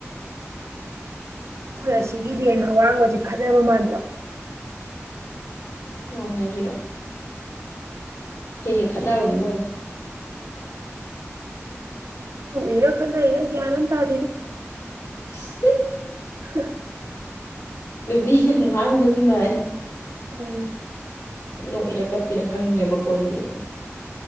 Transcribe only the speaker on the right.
ꯅꯣꯏ ꯑꯁꯤꯒꯤ ꯔꯦꯟ ꯑꯋꯥꯡꯕꯁꯦ ꯈꯠꯅꯕ ꯃꯥꯟꯗ꯭ꯔꯣ
ꯎ ꯏꯔꯣ ꯀꯅꯥꯏꯂ ꯒꯟ ꯑꯃꯥ ꯇꯥꯗꯦꯗꯥ
ꯑꯩꯁ
ꯎꯝ